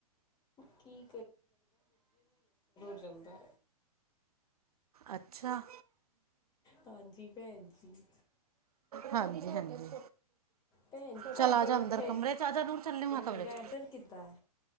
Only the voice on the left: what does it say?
ਕੀ ਹੁੰਦਾ
ਹਾਂਜੀ ਭੈਣ ਜੀ,
ਭੈਣ ਜੀ ਤੁਹਾਡੇ
ਔਥੇ
ਵੈਦਰ
ਕਿੱਦਾਂ?